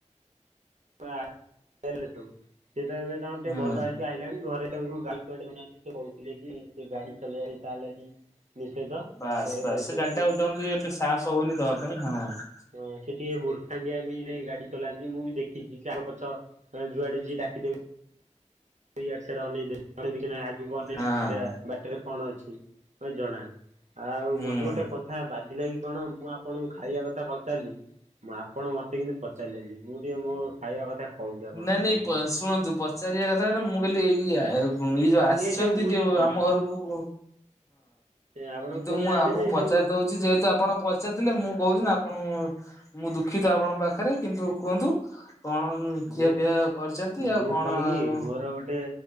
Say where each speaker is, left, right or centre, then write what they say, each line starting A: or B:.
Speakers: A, on the right; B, on the left.
A: ସବୁ ସେଏ ତ ଏବେ ତାଙ୍କର ଟିକେ
B: ହୁଁ
A: ଭଲ ହେଇକି ଆଇଲାଣି ଘରେ ତାଙ୍କୁ ଗାଲି ଚଡ଼େଇ ଦୋଉନାହାନ୍ତି ସେ କହୁଥିଲେ କି ସେ ଗାଡ଼ି ଚଲେଇବା ପାଇଁ ତା ଲାଗି ନିଷେଧ।
B: ବାସ୍
A: ଘରେ
B: ବାସ୍
A: କହିଛନ୍ତି
B: ସେ ଗାଡ଼ିଟା ଆଉ ତାକୁ ଟିକେ ଏବେ ସାହାସ ହଉନି ଦବା ପାଇଁ ହଁ
A: ହଁ ସେ ଟିକେ ମୁର୍ଖାଣ୍ଡିଆ ବି ଗାଡ଼ି ଚଲାନ୍ତି ମୁଁ ବି ଦେଖି କିଛି କ ଆଗ ପଛ ଯୁଆଡ଼େ ଯିଏ ଡାକିଦେବେ ଇଆଡ଼େ ସିଆଡେ ଅନେଇଦେଲି ତେଣୁ ଆଗକୁ ନେଇନି
B: ହଁ।
A: ସିଧା ବାଟରେ କଣ ଅଛି ମତେ ଜଣା ଆଉ
B: ହୁଁ।
A: ମତେ ଗୋଟେ କଥା ବାଧିଲା କି କଣ ମୁଁ ଆପଣଙ୍କୁ ଖାଇବା କଥା କହିଚାଲିଲି ମୁଁ ଆପଣ ମତେ କିନ୍ତୁ ପଚାରିଲେନି ମୁଁ ଟିକେ ମୋ ଖାଇବା କଥା କହୁଛି ଆପଣଙ୍କୁ
B: ନାଇଁ ନାଇଁ ପ ଶୁଣନ୍ତୁ ପଚାରିବା କଥା ନା ମୁଁ କହିଲି ଏଇ ଇଏ ଯୋଉ ଆସିଛନ୍ତି
A: ମୁଁ ଏଇ ସବୁ ବୁଝୁଛି।
B: ଯଉ ଆମ ଘରକୁ ହଁ
A: ଆପଣ
B: କିନ୍ତୁ
A: କୁଣିଆ
B: ମୁଁ
A: ଆଇଛନ୍ତି
B: ଆପଣଙ୍କୁ
A: ଏ
B: ପଚାରି
A: ସବୁ
B: ଦଉଚି ଯେହେତୁ ଆପଣ ପଚାରିଥିଲେ ମୁଁ କହୁଛିି ଆପଣଙ୍କୁ ମୁଁ ଦୁଃଖିତ ଆପଣଙ୍କ ପାଖ ପାଖରେ କିନ୍ତୁ କୁହନ୍ତୁ କଣ ଖିଆ
A: ମୁଁ
B: ପିଆ କରିଛନ୍ତି ଆଉ
A: ମୁଁ କଣ କି
B: ଆଉ
A: ମୋର ଗୋଟେ